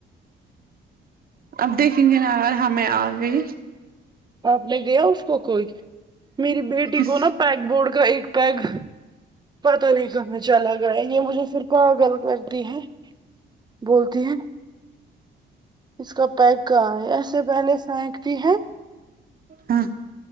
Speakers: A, on the right; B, on the right.
A: اب دیکھیں گے نا ہمیں آ گئی
B: آپ نے گیا اس کو کوئی میری بیٹی
A: کس
B: کو نا پیک بورڈ کا ایک پیک پتا نہیں کہ میں چلا گیا یہ مجھے پھر پاگل کرتی ہے بولتی ہے اس کا پیک کہا ہے ایسے پہلے سینک بھی ہے
A: ہاں